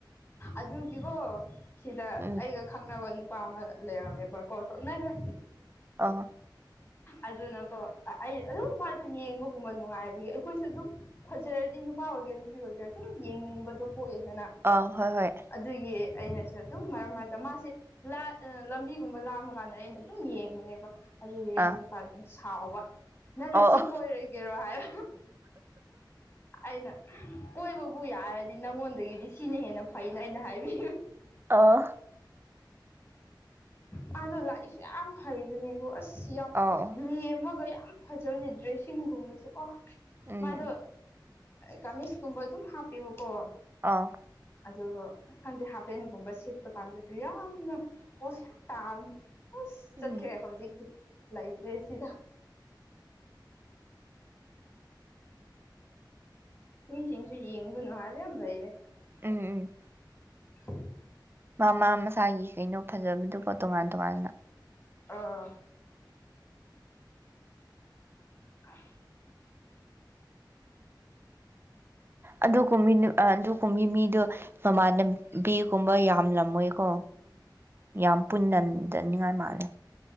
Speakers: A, on the left; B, on the right.
A: ꯑꯗꯨꯒꯤꯀꯣ ꯁꯤꯗ
B: ꯎꯝ
A: ꯑꯩꯒ ꯈꯪꯅꯕ ꯅꯨꯄꯥ ꯑꯃ ꯂꯩꯔꯝꯃꯦꯕꯀꯣ ꯇꯣꯛꯅꯈꯔꯦ
B: ꯑ
A: ꯑꯗꯨꯅꯀꯣ ꯑꯩ ꯑꯗꯨꯝ ꯃꯥꯗꯣ ꯌꯦꯡꯕꯒꯨꯝꯕ ꯅꯨꯡꯉꯥꯏꯕꯒꯤ ꯑꯩꯈꯣꯏꯁꯨ ꯑꯗꯨꯝ ꯐꯖꯔꯗꯤ ꯅꯨꯄꯥ ꯑꯣꯏꯒꯦꯔꯥ ꯅꯨꯄꯤ ꯑꯣꯏꯒꯦꯔꯥ ꯑꯗꯨꯝ ꯌꯦꯡꯅꯤꯡꯕꯗꯣ ꯄꯣꯛꯑꯦꯗꯅ
B: ꯑ ꯍꯣꯏ ꯍꯣꯏ
A: ꯑꯗꯨꯒꯤ ꯑꯩꯅꯁꯨ ꯑꯗꯨꯝ ꯃꯔꯝ ꯃꯔꯛꯇ ꯃꯥꯁꯦ ꯂꯝꯕꯤꯒꯨꯝꯕ ꯂꯥꯃ ꯀꯥꯟꯗ ꯑꯩꯅ ꯑꯗꯨꯝ ꯌꯦꯡꯕꯅꯦꯕ ꯑꯗꯨꯗꯤ ꯑꯩꯒꯤ
B: ꯑꯥ
A: ꯅꯨꯄꯥꯗꯨꯅ ꯁꯥꯎꯕ ꯅꯪ
B: ꯑꯣ
A: ꯉꯁꯤ ꯀꯣꯏꯔꯒꯦꯔꯣ ꯍꯥꯏꯌꯣ ꯑꯩꯅ ꯀꯣꯏꯕꯕꯨ ꯌꯥꯔꯗꯤ ꯅꯪꯉꯣꯟꯗꯒꯤꯗꯤ ꯁꯤꯅ ꯍꯦꯟꯅ ꯐꯩꯅ ꯑꯩꯅ ꯍꯥꯏꯕꯤ
B: ꯑꯥ
A: ꯃꯥꯗꯣ ꯂꯥꯏꯏꯁꯨ ꯌꯥꯝ ꯍꯩꯕꯅꯦꯕꯣ ꯑꯁ ꯁꯤ ꯌꯥꯝ
B: ꯑꯣ
A: ꯂꯦꯝꯃꯒ ꯌꯥꯝ ꯐꯖꯜꯂꯤ ꯗ꯭ꯔꯦꯁꯤꯡꯒꯨꯝꯕꯁꯦ ꯑꯣ
B: ꯎꯝ
A: ꯃꯥꯗꯣ ꯀꯥꯃꯤꯁꯀꯨꯝꯕ ꯑꯗꯨꯝ ꯍꯥꯞꯄꯦꯕꯀꯣ
B: ꯑꯥ
A: ꯑꯗꯨꯒ ꯈꯪꯗꯦ ꯍꯥꯄꯦꯟꯒꯨꯝꯕ ꯁꯦꯠꯄ ꯀꯥꯟꯗꯗꯤ ꯌꯥꯝꯅ ꯄꯣꯁ ꯌꯥꯝꯇꯥꯕꯅꯤ ꯑꯁ
B: ꯎꯝ
A: ꯆꯠꯈ꯭ꯔꯦ ꯍꯧꯖꯤꯛꯇꯤ ꯂꯩꯇ꯭ꯔꯦ ꯁꯤꯗ ꯃꯤꯁꯤꯡꯁꯨ ꯌꯦꯡꯒꯅꯨ ꯍꯥꯏꯕ ꯌꯥꯝ ꯂꯩꯌꯦ
B: ꯎꯝ
A: <unintelligible>
B: ꯃꯃꯥ ꯃꯁꯥꯒꯤ ꯀꯩꯅꯣ ꯐꯖꯕꯗꯨꯀꯣ ꯇꯣꯉꯥꯟ ꯇꯣꯉꯥꯟꯅ
A: ꯑꯥ ꯑ
B: ꯑꯗꯨꯒꯨꯝ ꯑꯗꯨꯒꯨꯝꯒꯤ ꯃꯤꯗꯣ ꯃꯃꯥꯟꯅꯕꯤꯒꯨꯝꯕ ꯌꯥꯎ ꯊꯝꯂꯝꯃꯣꯏꯀꯣ ꯌꯥꯝ ꯄꯨꯟꯅꯗꯅꯤꯡꯉꯥꯏ ꯃꯥꯜꯂꯦ